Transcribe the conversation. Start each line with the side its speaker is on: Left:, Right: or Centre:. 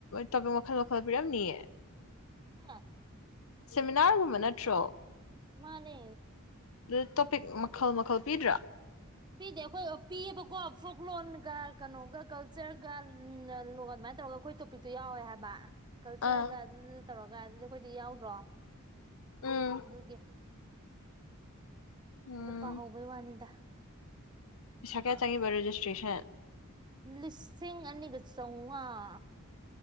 Left: ꯇꯣꯄꯤꯛ ꯃꯈꯜ ꯃꯈꯜ ꯄꯤꯔꯝꯅꯤꯌꯦ
Right: ꯑ
Left: ꯦꯃꯤꯅꯥꯔꯒꯨꯝꯕ ꯅꯠꯇ꯭ꯔꯣ
Right: ꯃꯥꯅꯦ
Left: ꯑꯗꯨ ꯇꯣꯄꯤꯛ ꯃꯈꯜ ꯃꯈꯜ ꯄꯤꯗ꯭ꯔꯥ
Right: ꯄꯤꯗꯦ ꯑꯩꯈꯣꯏ ꯄꯤꯑꯕꯀꯣ ꯐꯣꯛ ꯂꯣꯟꯒ ꯀꯩꯅꯣꯒ ꯀꯜꯆꯔꯒ ꯑꯗꯨꯃꯥꯏꯅ ꯇꯧꯔꯒ ꯑꯩꯈꯣꯏ ꯄꯤꯗꯨꯣ ꯌꯥꯎꯋꯦ ꯍꯥꯏꯕ ꯀꯜꯆꯔꯒ
Left: ꯑꯥ
Right: ꯑꯗꯨꯗꯨ ꯇꯧꯔꯒ ꯑꯗꯨꯗꯤ ꯑꯩꯈꯣꯏꯗ ꯌꯥꯎꯗ꯭ꯔꯣ
Left: ꯎꯝ
Right: ꯑꯗꯨꯒꯤ
Left: ꯎꯝ
Right: ꯑꯗ ꯄꯥꯍꯧꯕꯩ ꯋꯥꯅꯤꯗ
Left: ꯄꯩꯥ ꯀꯌꯥ ꯆꯪꯉꯤꯕ ꯔꯦꯖꯤꯁꯇ꯭ꯔꯦꯁꯟ
Right: ꯂꯤꯁꯤꯡ ꯑꯅꯤꯒ ꯆꯥꯝꯃꯉꯥ